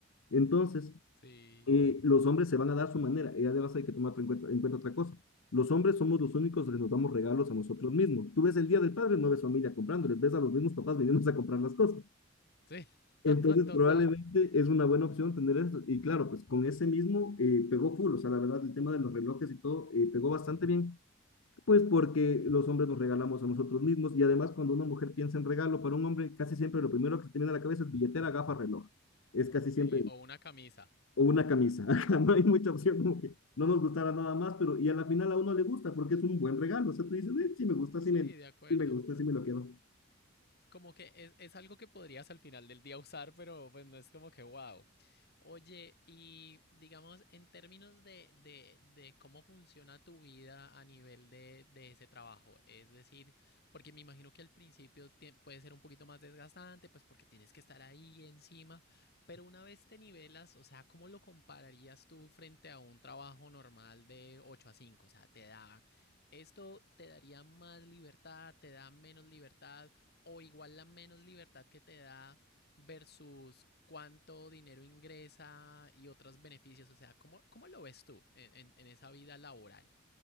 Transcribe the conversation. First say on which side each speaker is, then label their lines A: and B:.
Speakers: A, on the left (about 70°); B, on the left (about 55°).
A: Entonces,
B: Sí.
A: eh, los hombres se van a dar su manera, y además hay que tomar en cuenta, en cuenta otra cosa. Los hombres somos los únicos que nos damos regalos a nosotros mismos. Tú ves el Día del Padre, no ves familia comprándoles, ves a los mismos papás viniéndose a comprar las cosas.
B: Sí,
A: Entonces,
B: <laughs>
A: probablemente
B: total.
A: es una buena opción tener esto. Y claro, pues con ese mismo eh, pegó full, o sea, la verdad, el tema de los relojes y todo eh, pegó bastante bien, pues porque los hombres nos regalamos a nosotros mismos y además cuando una mujer piensa en regalo para un hombre, casi siempre lo primero que se te viene a la cabeza es billetera, gafa, reloj. Es casi
B: Sí,
A: siempre,
B: o una camisa.
A: o una camisa. <laughs> No hay mucha opción, como que no nos gustara nada más, pero y a la final a uno le gusta porque es un buen regalo. O sea, tú dices, "Eh, sí me gusta,
B: Sí,
A: sí me,
B: de acuerdo.
A: sí me gusta, sí me lo quedo.
B: Como que es, es algo que podrías al final del día usar, pero pues no es como que wow. Oye, y digamos, en términos de, de, de cómo funciona tu vida a nivel de, de ese trabajo, es decir, porque me imagino que al principio tie- puede ser un poquito más desgastante, pues porque tienes que estar ahí encima, pero una vez te nivelas, o sea, ¿cómo lo compararías tú frente a un trabajo normal de 8 a cinco O sea, te da, esto te daría más libertad, te da menos libertad o igual la menos libertad que te da versus cuánto dinero ingresa y otros beneficios. O sea, ¿cómo, cómo lo ves tú en, en- en esa vida laboral?